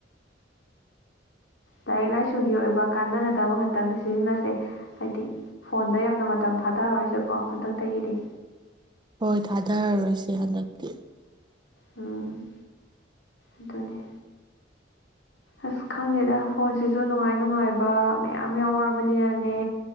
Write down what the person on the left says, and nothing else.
ꯂꯥꯏꯔꯤꯛ ꯂꯥꯏꯁꯨꯒꯤ ꯑꯣꯏꯕ ꯀꯥꯟꯅꯒꯗꯕ ꯈꯇꯪꯗ ꯁꯤꯖꯤꯟꯅꯁꯦ ꯍꯥꯏꯗꯤ ꯐꯣꯟꯗ ꯌꯥꯝꯅ ꯃꯇꯝ ꯊꯥꯗꯔꯔꯣꯏꯁꯦꯀꯣ ꯍꯟꯗꯛꯇꯒꯤꯗꯤ
ꯎꯝ ꯑꯗꯨꯅꯦ ꯑꯁ ꯈꯪꯗꯦꯗ ꯐꯣꯟꯁꯤꯁꯨ ꯅꯨꯡꯉꯥꯏ ꯅꯨꯡꯉꯥꯏꯕ ꯃꯌꯥꯝ ꯌꯥꯎꯔꯕꯅꯤꯅꯅꯦ